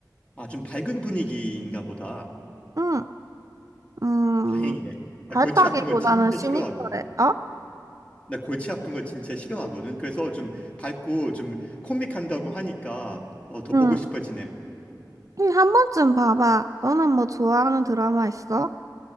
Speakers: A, on the left (about 15°); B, on the right (about 50°).
A: 아, 좀 밝은 분위기인가 보다.
B: 응, 음,
A: 다행이네. 나
B: 밝다기보다는
A: 골치 아픈 거 진짜
B: 시니컬해.
A: 싫어하거든.
B: 어?
A: 나 골치 아픈 거 진짜 싫어하거든. 그래서 좀 밝고 좀 코믹한다고 하니까 어, 더
B: 응.
A: 보고 싶어지네.
B: 응, 한 번쯤 봐봐. 너는 뭐 좋아하는 드라마 있어?